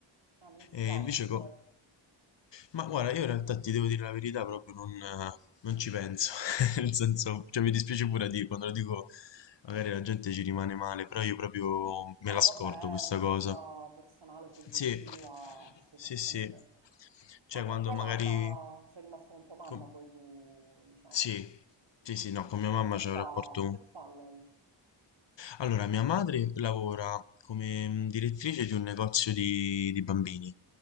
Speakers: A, on the right; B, on the left.
A: Ah, mi dispiace
B: E invece,
A: di questo.
B: co- ma guarda, io in realtà ti devo dire la verità, proprio non, eh, non ci penso, <laughs> nel senso, cioè mi dispiace pure a dire, quando lo dico magari la gente ci rimane male, però io proprio me
A: No,
B: la scordo
A: vabbè,
B: questa
A: è una
B: cosa.
A: cosa personale, soggettiva,
B: Sì,
A: assolutamente.
B: sì, sì, cioè
A: Ma con
B: quando
A: tua
B: magari...
A: mamma, sei rimasto con tua mamma
B: com-
A: poi tu, diciamo.
B: Sì, sì, sì, no, con mia mamma
A: E che
B: c'è
A: fa,
B: un rapporto
A: che fa lei?
B: Allora, mia madre lavora come mm, direttrice di un negozio di, di bambini,